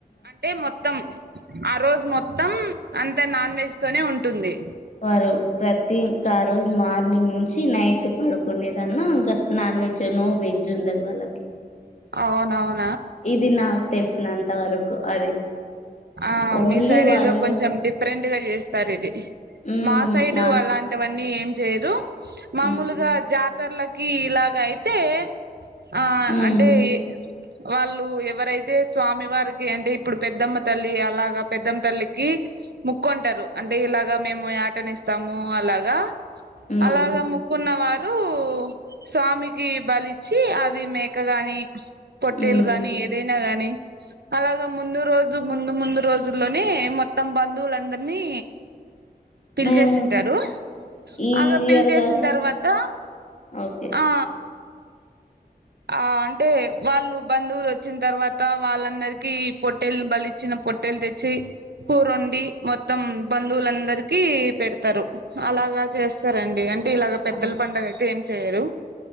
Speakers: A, on the right (about 85°); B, on the left (about 45°).
A: అంటే మొత్తం ఆ రోజు మొత్తం అంత నాన్ వెజ్ తోనే ఉంటుంది
B: వారు ప్రతి ఇంకా ఆ రోజు మార్నింగ్ నుంచి నైట్ పడుకుండనేదన్న ఇంకా నా నాన్ వెజ్ నో వెజ్ ఉండదు వాళ్ళకి
A: అవునువును
B: ఇది నాకు తెలిసినంత వరకు అది
A: ఆ
B: ఓన్లీ
A: మీ సైడ్
B: వాళ్ళు
A: ఏదో కొంచెం డిఫరెంట్ గా చేస్తారు ఇది
B: మ్మ్
A: మా సైడు
B: నా
A: అలాంటివన్నీ ఏం చేయరు మామూలుగా
B: మ్మ్
A: జాతి ఇతర్లకి ఇలాగ అయితే ఆ
B: మ్మ్
A: అంటే వాళ్ళు ఎవరైతే స్వామి వారికి అంటే ఇప్పుడు పెద్దమ్మ తల్లి అలాగా పెద్దమ్మ తల్లికి ముక్కుంటారు అంటే ఇలాగా మేము యాటని ఇస్తాము అ లాగా
B: మ్మ్
A: అలాగా ముక్కున్న వారి రు స్వామికి బలిచ్చి అది మేకగాని పొట్టేలు
B: మ్మ్
A: గానీ ఏదైనా గానీ అలాగా ముందు రోజు రోజు ముందు ముందు రోజుల్లోనే మొత్తం బంధువులందరినీ పిలిచేసింటారు
B: మేము ఈ
A: అగా పిలి
B: ఇయర్
A: చేేసిన
B: కాక
A: తర్వాత
B: ఓకే
A: ఆ ఆ అంటే వాళ్ళు బంధువులు వచ్చిన తర్వాత వాళ్ళందరికీ పొట్టే బలిచ్చిన పొట్టేలు తెచ్చి కూరండి మొత్తం బంధువులందరికి పెడతారు అలా ఇలాగా చేస్తారండి అంటే ఇలాగ పెద్దల
B: ఆ
A: పడుగ అయితే ఏం చేయరు